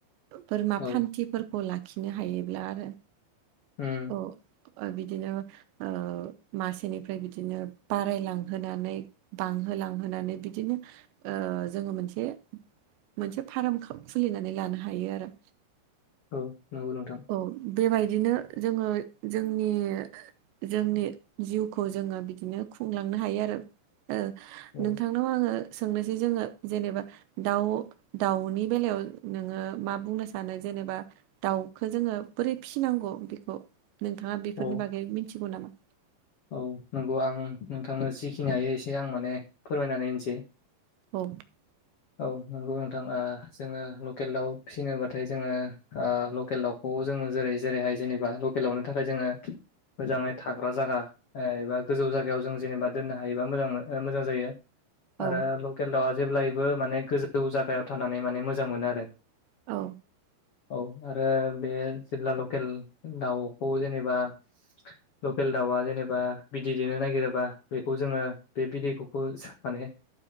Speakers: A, on the right; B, on the left.
A: बोरमा
B: ओं
A: फान्थिफोरखौ लाखिनो हायोब्ला आरो
B: उम
A: औ बिदिनो ओ मासेनिफ्राय बिदिनो बारायलांहोनानै बांहोलांहोनानै बिदिनो ओ जोंङो मोनसे मोनसे फार्म खुलिनानै लानो हायो आरो
B: औ नंगौ नोंथां
A: औ बेबायदिनो जोंङो जोंनि जोंनि जिउखौ जोंङो बिदिनो खुंलांनो हायो आरो ओनोंथांनाव
B: औ
A: आंङो सोंनोसै जोंङो जेनेबा दाउ दाउनि बेलायाव नोंङो मा बुंनो सानो जेनेबा दाउखो जोंङो बोरै फिसिनांगौ बेखौ नोंथांङा बेफोरनि
B: औ
A: बागै मिथिगौ नामा?
B: औ नंगौ आं नोंथांनो जिखिनि हायो एसे आं माने फोरमायनानै होनोसै
A: औ
B: औ नंगौ नोंथां ओ जोंङो लकेल दाउ फिसिनोबाथाय जोंङो ओ लकेल दाउखौ जोंङो जेरै जेरैहाय जेनेबा लकेलावनो थाखाय जोंङो मोजांङै थाग्रा जागा एबा गोजौ जायगायाव जों जेनेबा दोननो हायोबा मोजां मोन मोजां जायो।
A: औ
B: आरो लकेल दाउआ जेब्लायबो माने गोजौ जायगायाव थानानै माने मोजां मोनो आरो
A: औ
B: औ आरो बे जेब्ला लकेल दाउखौ जेनेबा लकेल दाउआ जेनेबा बिदै दैनो नागिरोबा बेखौ जोंङो बे बिदैखौ माने